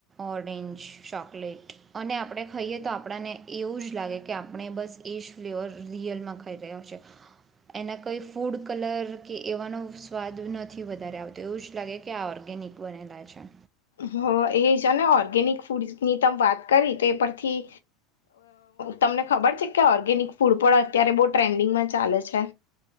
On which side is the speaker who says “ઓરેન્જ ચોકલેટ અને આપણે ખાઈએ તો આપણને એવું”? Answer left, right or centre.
Right